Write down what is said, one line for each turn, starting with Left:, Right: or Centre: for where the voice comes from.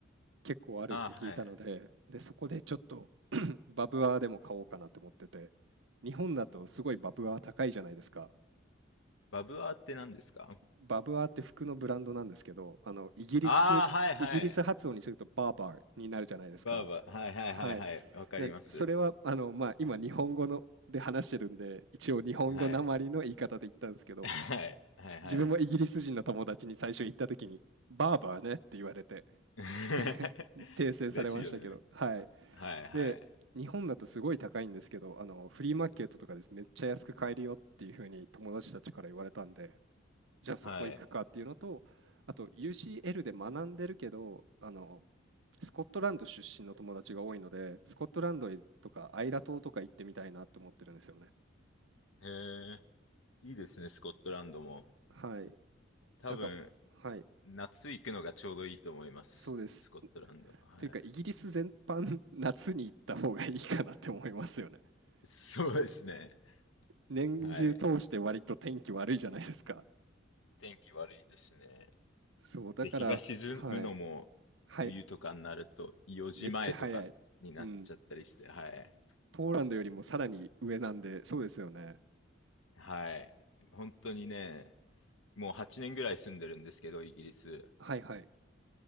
Right: 結構あるって聞いたので、
Left: ああ、はい。
Right: で、そこでちょっと <coughs> <clears throat> バブアーでも買おうかなって思ってて、日本だとすごいバブアー高いじゃないですか。
Left: バブアーって何ですか
Right: バブアーって服のブランドなんですけど、あの、イギリス風、
Left: ああはいはい。
Right: イギリス発音にするとバーバーになるじゃないですか。
Left: バーバー、はいはいはいはい、
Right: はい。
Left: わかります。
Right: なそれは、あの、まあ、今日本語ので話してるんで、一応日本語なまりの言い方で言ったんですけど、
Left: はい。<laughs> はい、はい、
Right: 自分もイギリス人の友達に最初行った時に、
Left: はい。
Right: バーバーねって言われて
Left: <laughs>
Right: <laughs> 訂正されましたけど、
Left: ですよね。
Right: はい。
Left: はい、はい、
Right: で、日本だとすごい高いんですけど、あの、フリーマーケットとかです。めっちゃ安く買えるよっていうふうに友達たちから言われたんで、じゃあそこ行くかっていうのと、
Left: はい。へ
Right: あと UCL で学んでるけど、あの、スコットランド出身の友達が多いので、スコットランドとかアイラ島とか行ってみたいなと思ってるんですよね。
Left: え、いいですね、スコットランドも。
Right: はい。
Left: 多分、
Right: なんか、はい。
Left: 夏行くのがちょうどいいと思います。
Right: そうです。
Left: スコットランド。はい。
Right: というか、イギリス全般、夏に行った方がいいかなって思いますよね。<laughs>
Left: そうですね。
Right: 年中通して割と天気悪いじゃないですか。
Left: はい。天気悪いですね。
Right: そう、だから、
Left: で、日が沈むのも冬とかになると4時前とかになっちゃったりして、
Right: はい、はい、めっちゃ早い。うん。
Left: はい。
Right: ポーランドよりもさらに上なんで、そうですよね。
Left: はい。本当にね、もう8年ぐらい住んでるんですけど、イギリス。
Right: はいはい。